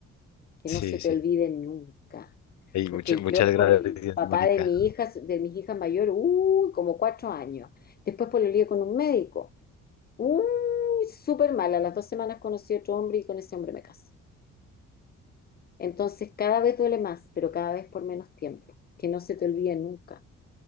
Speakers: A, on the left (about 30°); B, on the left (about 65°).
A: que
B: sí,
A: no se te
B: sí.
A: olvide nunca.
B: Ey,
A: Porque
B: mucha- muchas
A: yo
B: gracias,
A: por el papá
B: Mónica.
A: de mi hija, de mis hijas mayores, uy, como cuatro años. Después por el lío con un médico. Uy, súper mal. A las dos semanas conocí a otro hombre y con ese hombre me casé. Entonces cada vez duele más, pero cada vez por menos tiempo. Que no se te olvide nunca.